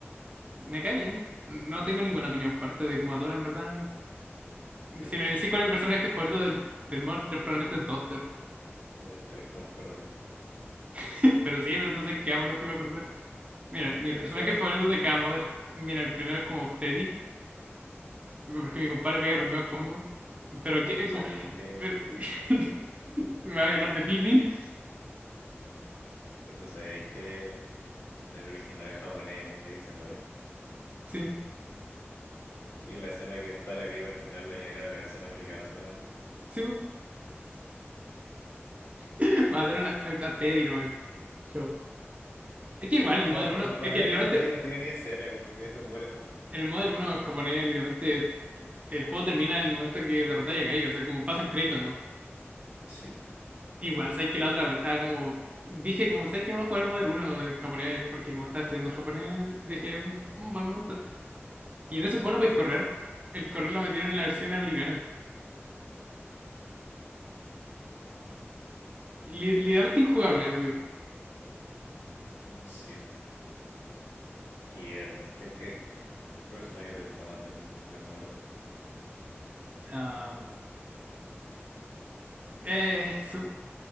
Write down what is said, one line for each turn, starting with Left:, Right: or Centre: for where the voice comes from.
Right: Me cae bien. No tengo ninguna opinión fuerte de Kumatora, en verdad.
Left: Yo
Right: Si
Left: Duster.
Right: me decís cuál es mi personaje favorito del, del Modern 3 probablemente es Doctor.
Left: <laughs> Yo Duster es como un perdedor.
Right: <laughs> Pero sí, pero entonces quedamos los tipos de perder. Mira, mi
Left: Pero
Right: personaje
Left: es que
Right: favorito de cada Modern, mira, el primero es como Teddy, porque mi compadre pega los mejores combos. Pero
Left: me-
Right: que,
Left: <laughs> tú
Right: es
Left: sabías
Right: como,
Left: que,
Right: pero- <laughs> me va a hablar de Pippin,
Left: tú sabías que en el original japonés este que se muere.
Right: sí.
Left: Y en la escena que está le vivo al final lo añadieron en la versión americana solamente.
Right: Sí, po. <laughs> matar a una, a Teddy nomás. Chao. Es que igual
Left: Que
Right: el Modern
Left: mata-
Right: uno
Left: ma- mataron
Right: es que literalmente
Left: a Teddy y no tiene ni escena, como que se muere nomás.
Right: en el Modern uno japonés, literalmente el juego termina en el momento que derrotáis a Gaiga, o sea, como pasan créditos nomás.
Left: Sí,
Right: Igual, sabes que la otra vez estaba como, dije como, sabes que vamos a jugar el Modern uno en japonés, porque como estaba estudiando japonés, dije, es un buen momento. Y en ese juego no podéis correr, el correr lo metieron en la versión americana. Li- Literalmente injugable, así.
Left: sí. Y en, ¿qué, ¿Qué personaje te gusta más del, del muerto?
Right: Am, eh, su-